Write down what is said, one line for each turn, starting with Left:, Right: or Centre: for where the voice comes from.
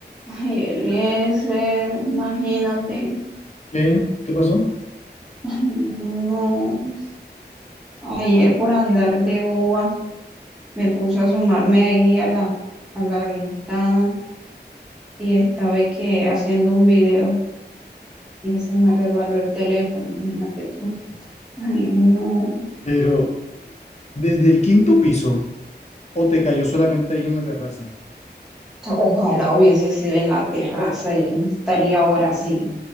Centre: Ay, Eliezer, imagínate.
Left: ¿Qué? ¿Qué pasó?
Centre: Ay, no. Ayer por andar de boba me puse a asomarme ahí a la, a la ventana y estaba que haciendo un video y se me resbaló el teléfono, imagínate tú. Ay, no.
Left: Pero desde el quinto piso, o te cayó solamente ahí en la terraza.
Centre: Ojalá hubiese sido en la terraza, yo no estaría ahora así.